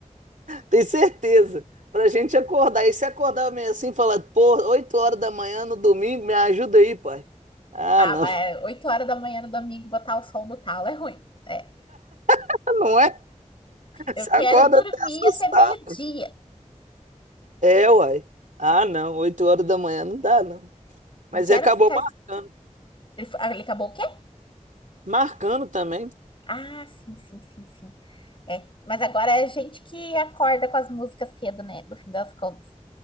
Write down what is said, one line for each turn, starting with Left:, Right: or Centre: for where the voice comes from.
Right: Tem certeza. Pra gente acordar. E se acordar meio assim, falar, pô, 8 horas da manhã no domingo, me ajuda aí, pai. Ah,
Left: Ah,
Right: não,
Left: mas é oito horas da manhã no domingo botar o som no talo é ruim. É.
Right: <laughs> não é?
Left: Eu
Right: Você
Left: quero
Right: acorda
Left: dormir
Right: até assustado.
Left: até meio-dia.
Right: É, uai. Ah, não, Oito horas da manhã não dá, não. Mas
Left: Não quero
Right: aí acabou
Left: ficar.
Right: marcando.
Left: Ele, ah, ele acabou o quê?
Right: Marcando também.
Left: Ah, sim, sim, sim, sim. É. Mas agora é gente que acorda com as músicas cedo, né? No fim das contas.